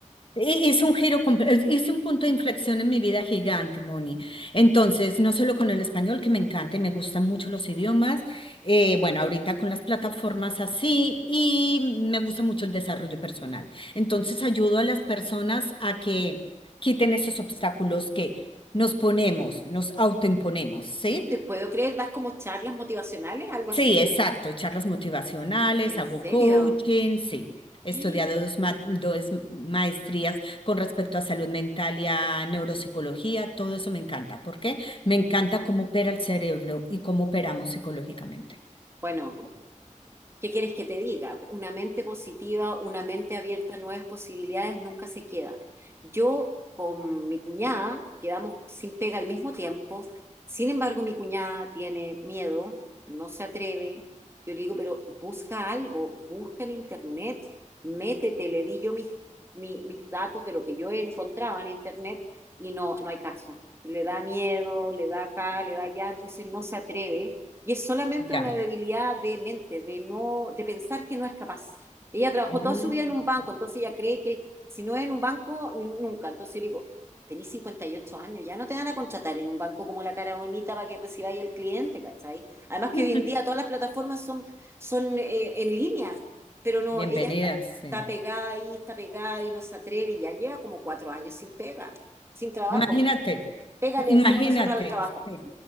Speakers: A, on the left (about 40°); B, on the right (about 20°).
A: Hi- Hice un giro, comple- eh, hice un punto de inflexión en mi vida gigante, Moni. Entonces, no solo con el español, que me encanta y me gustan mucho los idiomas, eh, bueno, ahorita con las plataformas así, y me gusta mucho el desarrollo personal. Entonces, ayudo a las personas a que quiten esos obstáculos que nos ponemos, nos autoimponemos, ¿sí?
B: No te puedo creer, das como charlas motivacionales, algo
A: Sí,
B: así.
A: exacto, charlas motivacionales,
B: ¿En
A: hago
B: serio?
A: coaching, sí. He
B: <gasps>
A: estudiado dos, ma- dos maestrías con respecto a salud mental y a neuropsicología, todo eso me encanta. ¿Por qué? Me encanta cómo opera el cerebro y cómo operamos psicológicamente.
B: Bueno, ¿Qué quieres que te diga? Una mente positiva, una mente abierta a nuevas posibilidades nunca se queda. Yo con mi cuñada quedamos sin pega al mismo tiempo. Sin embargo, mi cuñada tiene miedo, no se atreve. Yo le digo, pero busca algo, busca en internet, métete, le di yo mis, mi- mis datos de lo que yo encontraba en internet y no, no hay caso. Le da miedo, le da acá, le da allá, entonces no se atreve. Y es solamente
A: Ya.
B: una debilidad de mente, de no, de pensar que no es capaz. Ella trabajó
A: Oh,
B: toda su vida en un banco,
A: ya.
B: entonces ella cree que si no es en un banco, n- nunca. Entonces yo le digo, tenés 58 años, ya no te van a contratar en un banco como la cara bonita para que recibáis al cliente, ¿cachai? Además que
A: <laughs>
B: hoy en día todas las plataformas son, son eh, en línea, pero no,
A: Bienvenidas,
B: ella está,
A: sí.
B: está pegada ahí, está pegada y no se atreve y ya lleva como cuatro años sin pega, sin trabajo.
A: Imagínate,
B: Pega le
A: imagínate,
B: decimos nosotros al trabajo.
A: sí.